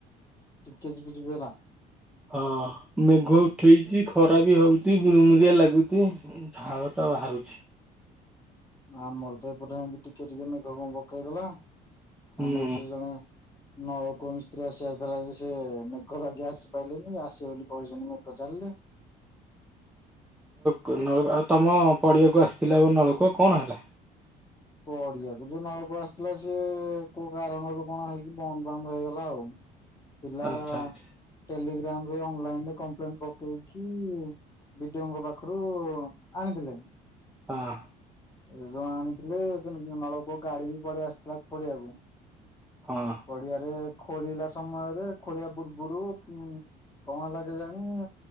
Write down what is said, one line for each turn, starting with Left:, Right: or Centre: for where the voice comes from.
Left: କେଜିୁ କିଜିୁ ବେଲା
Centre: ହଁ ମେଘ ଉଠେଇଛି ଖରା ବି ହଉଛି ଗୁରୁମରିଆ ଲାଗୁଚ ଝାଳ ଟା ବାହାରୁଛି
Left: ଆ ମରଦପୁରରେ ଏମିତି ଟିକେ ଟିକେ ମେଘ କଣ ପକେଇଦଲା
Centre: ହୁଁ
Left: ଆମର ସେ ଜଣେ ନରକୂଅ ମିସ୍ତ୍ରୀ ଆସାର ଧର ସେ ମେଘ ଲାଗି ଆସିପାରିଲନି ଆସିବେ ବୋଲି କହିହୁଛନ୍ତି ମେଘ ଚାଲିଲେ
Centre: କ ଆଉ ତମ ପଡିଆକୁ ଆସିଥିଲା ଆ ନଳକୂଅ କଣ ହେଲା
Left: ପଡିଆକୁ ଯୋଉ ନଳକୂ ଆସିଥିଲା ସେ କୋଉ କାରଣରୁ କଣ ହେଇକି ବନ୍ଦ ବନ୍ଦ ହେଇଗଲା ଆଉ ପିଲା
Centre: ଆଚ୍ଛା ଆଚ୍ଛା
Left: ଟେଲିଗ୍ରାମ ରେ ଅନଲାଇନ ରେ କମ୍ପ୍ଲେନ ପକେଇକି ବିଡିଓଙ୍କ ପାଖରୁ ଆଣିଥିଲେ
Centre: ହଁ
Left: ଏ ଯଉ ଆଣିଥିଲେ ନଳକୂ ଗାଡି ବି ପଡି ଆସିଥିଲା ପଡିଆକୁ
Centre: ହଁ
Left: ପଡିଆରେ ଖୋଳିଲା ସମୟରେ ଖୋଳିବା ପୂର୍ବରୁ ଉ କଣ ହୋଗେ ଜାଣି